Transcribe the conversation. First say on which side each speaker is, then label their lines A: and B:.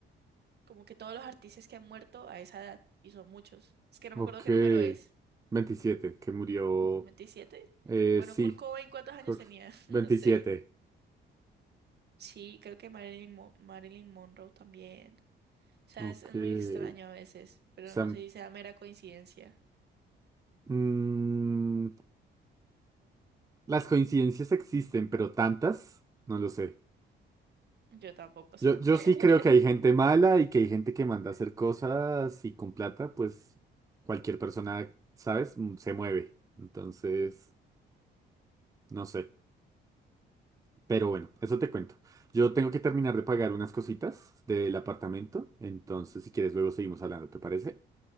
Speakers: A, on the right; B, on the right.
A: como que todos los artistas que han muerto a esa edad, y son muchos, es que no
B: Ok.
A: me acuerdo qué número es.
B: veintisiete que murió.
A: veintisiete
B: Eh,
A: Bueno,
B: sí.
A: Kurt Cobain, ¿cuántos años
B: Cor-
A: tenía?
B: 27.
A: <laughs> No sé. Sí, creo que Marilyn, Mo- Marilyn Monroe también. O sea,
B: Ok.
A: es, es
B: O
A: muy extraño a veces, pero
B: sea,
A: no sé si sea mera coincidencia.
B: mm, las coincidencias existen, pero tantas, no lo sé.
A: Yo tampoco sé.
B: Yo, yo
A: <laughs>
B: sí creo que hay gente mala y que hay gente que manda a hacer cosas y con plata, pues cualquier persona, ¿sabes? Mm, Se mueve. Entonces, no sé. Pero bueno, eso te cuento. Yo tengo que terminar de pagar unas cositas del apartamento. Entonces, si quieres, luego seguimos hablando, ¿te parece?